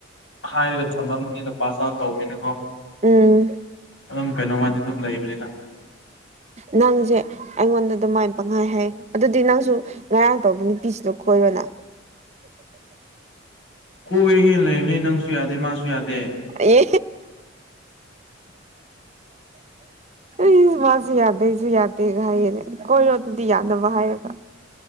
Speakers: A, on the left; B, on the right.
A: ꯍꯥꯏꯔꯒ ꯊꯝꯃꯝꯕꯅꯤꯅ ꯄꯥꯁ ꯑꯥꯎꯠ ꯇꯧꯕꯅꯤꯅꯀꯣ
B: ꯎꯝ
A: ꯑꯗꯨꯝ ꯀꯩꯅꯣꯃꯗꯤ ꯑꯗꯨꯝ ꯂꯩꯕꯅꯤ
B: ꯅꯪꯁꯦ ꯑꯩꯉꯣꯟꯗ ꯑꯗꯨꯃꯥꯏꯅ ꯄꯪꯍꯥꯏ ꯍꯥꯏ ꯑꯗꯨꯗꯤ ꯅꯪꯁꯨ ꯉꯔꯥꯡ ꯇꯧꯕ ꯅꯨꯄꯤꯁꯤꯗꯣ ꯀꯣꯏꯔꯣꯅ
A: ꯀꯣꯏꯒꯦ ꯂꯩꯕꯅꯤ ꯅꯪꯁꯨ ꯌꯥꯗꯦ ꯃꯥꯁꯨ ꯌꯥꯗꯦ
B: ꯑꯦ ꯍ ꯍ ꯍ ꯁꯨ ꯌꯥꯗꯦꯁꯨ ꯌꯥꯗꯦꯒ ꯍꯥꯏꯌꯦꯅꯦ ꯀꯣꯏꯔꯣ ꯑꯗꯨꯗꯤ ꯌꯥꯅꯕ ꯍꯥꯏꯔꯒ